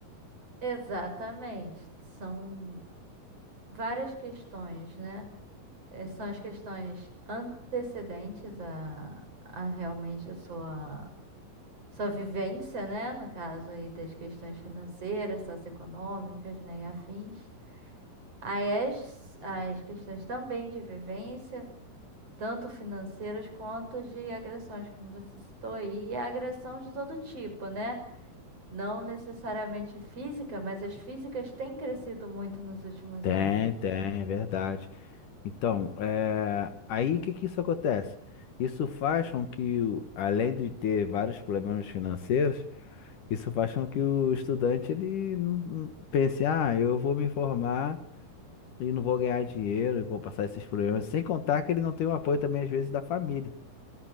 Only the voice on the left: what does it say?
Tem,
tem, é verdade. Então, é, aí o que que isso acontece? Isso faz com que, o- além de ter vários problemas financeiros, Isso faz com que o estudante ele não- não pense, ah, eu vou me formar e não vou ganhar dinheiro, eu vou passar esses problemas. Sem contar que ele não tem o apoio também, às vezes, da família.